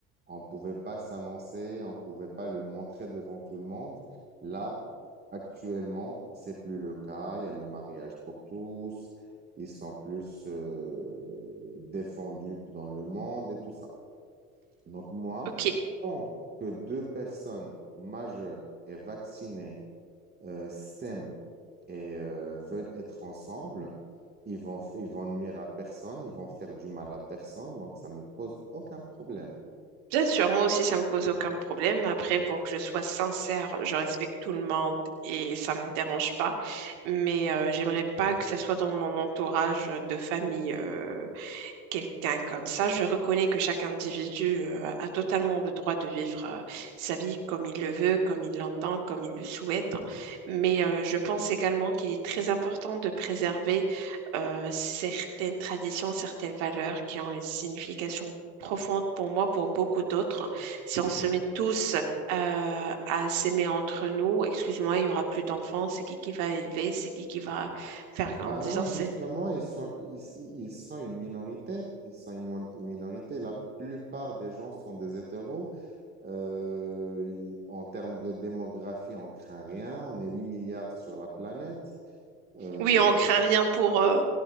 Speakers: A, on the right; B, on the right.
A: On ne pouvait pas s'annoncer, on ne pouvait pas le montrer devant tout le monde. Là, actuellement, c'est plus le cas. Il y a le mariage pour tous ils sont plus euh, défendus dans le monde et tout ça. Donc moi,
B: Ok,
A: tant que deux personnes majeures et vaccinées euh, s'aiment et euh, veulent être ensemble, ils vont, ils vont nuire à personne, ils vont faire du mal à personne, donc ça me pose aucun problème.
B: bien sûr, moi aussi ça me cause aucun problème. Après, pour que je sois sincère, je respecte tout le monde et ça ne me dérange pas. Mais euh, j'aimerais pas que ça soit dans mon entourage de famille. euh, quelqu'un comme ça. Je reconnais que chaque individu euh, a totalement le droit de vivre euh, sa vie comme il le veut, comme il l'entend, comme il le souhaite. Mais euh, je pense également qu'il est très important de préserver euh, certaines traditions, certaines valeurs qui ont une signification profonde pour moi, pour beaucoup d'autres. Si on se
A: Mhm.
B: met tous euh, à s'aimer entre nous, excuse-moi, il y aura plus d'enfants, c'est qui qui va élever, c'est qui qui va faire grandir,
A: Ben non,
B: c'est
A: justement, ils sont, ils, ils sont une minorité. Ils sont une, mon- une minorité. La plupart des gens sont des hétéros. Euh, il- en termes de démographie, on craint rien. On est 8 milliards sur la planète. Euh,
B: Oui, on craint rien pour, euh,